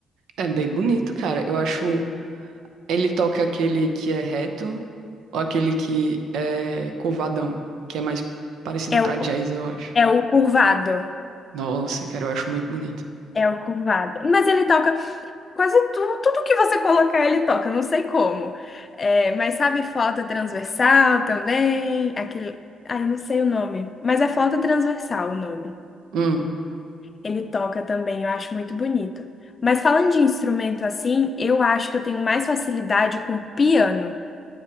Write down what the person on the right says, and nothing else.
É bem bonito, cara. Eu acho. Ele toca aquele que é reto ou aquele que é curvadão, que é mais parecido
pra
jazz,
eu acho.
Nossa, cara, eu acho muito bonito.
Hum,